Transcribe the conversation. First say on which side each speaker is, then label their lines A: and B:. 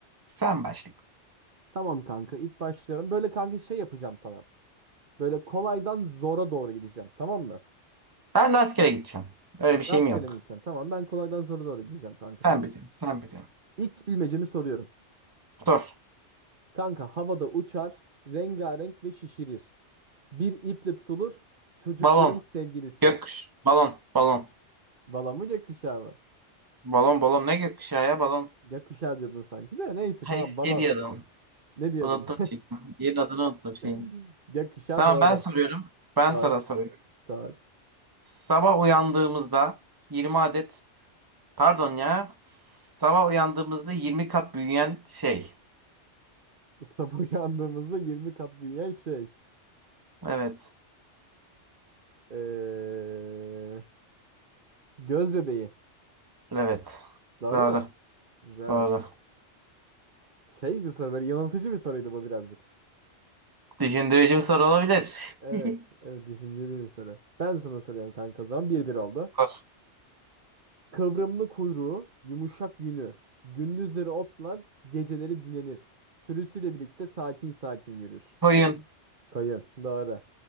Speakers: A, on the right; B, on the right.
A: Sen başla.
B: Tamam kanka ilk başlıyorum. Böyle kanka şey yapacağım sana. Böyle kolaydan zora doğru gideceğim. Tamam mı?
A: Ben rastgele gideceğim. Öyle bir şeyim
B: Rastgele
A: yok.
B: mi gideceksin? Tamam ben kolaydan zora doğru gideceğim kanka
A: Sen
B: sana.
A: biliyorsun. Sen biliyorsun.
B: İlk bilmecemi soruyorum.
A: Sor.
B: Kanka havada uçar, rengarenk ve şişirir. Bir iple tutulur, çocukların
A: Balon.
B: sevgilisi.
A: Gökkuş. Balon. Balon.
B: Bala mı gökkuşağı mı?
A: Balon balon. Ne gökkuşağı ya balon?
B: Yakışa diyordun sanki de. Neyse
A: Hayır
B: tamam balon.
A: şey diye adam.
B: Ne diyordun?
A: Unuttum. Yerin adını unuttum şeyin.
B: <laughs> yakışa
A: Tamam
B: doğru.
A: ben soruyorum. Ben
B: sar
A: sana soruyorum.
B: sar
A: Sabah uyandığımızda 20 adet pardon ya sabah uyandığımızda 20 kat büyüyen şey.
B: Sabah yandığımızda yirmi kat büyüyen şey.
A: Evet.
B: Ee, göz bebeği.
A: Evet.
B: Doğru
A: Doğru.
B: mu? Güzel.
A: Doğru.
B: Şey bir soru böyle yanıltıcı bir soruydu bu birazcık.
A: Düşündürücü bir soru olabilir.
B: Evet.
A: <laughs>
B: Evet düşünceli bir soru. Ben sana soruyorum kanka o zaman. bir 1 oldu.
A: Sor.
B: Kıvrımlı kuyruğu, yumuşak yünü. Gündüzleri otlar, geceleri dinlenir. Sürüsüyle birlikte sakin sakin yürür.
A: Koyun.
B: Kayın. Doğru.